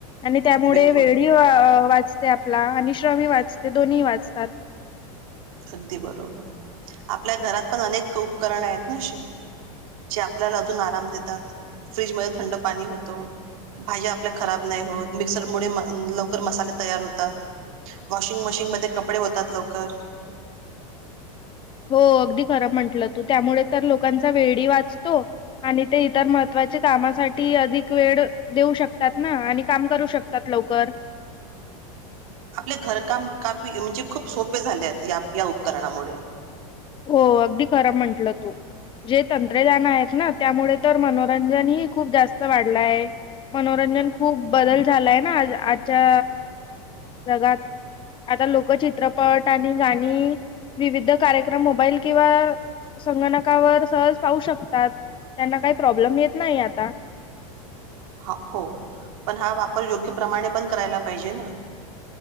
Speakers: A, on the left (about 25°); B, on the right (about 70°).
A: आणि त्यामुळे
B: बिलकुल
A: वेळी वाचते आपला आणि श्रमी वाचते दोन्ही वाचतात.
B: अगदी बरोबर, आपल्या घरात पण अनेक उपकरण आहेत ना असे जे आपल्याला अजून आराम देतात फ्रीजमध्ये थंड पाणी होतो, भाज्या आपल्या खराब नाही होत, मिक्सर मुळे लवकर मसाले तयार होतात, वॉशिंग मशीन मध्ये कपडे होतात लवकर.
A: हो अगदी खरं म्हंटलं तू त्यामुळे तर लोकांचा वेळी वाचतो आणि ते इतर महत्वाचे कामासाठी अधिक वेळ देऊ शकतात ना आणि काम करू शकतात लवकर.
B: आपले घरकाम कापी म्हणजे खूप सोपे झाले आहेत या उपकरणामुळे.
A: हो अगदी खरं म्हंटलं तू जे तंत्रज्ञान आहेत ना त्यामुळे तर मनोरंजनही खूप जास्त वाढलाय मनोरंजन खूप बदल झालाय ना आजच्या जगात आता लोकचित्रपट आणि गाणी विविध कार्य क्रम मोबाईल किंवा संगणकावर सहज पाहू शकतात. त्यांना काही प्रॉब्लेम येत नाही आता.
B: ह हो पण हा वापर योग्य प्रमाणे पण करायला पाहिजे ना.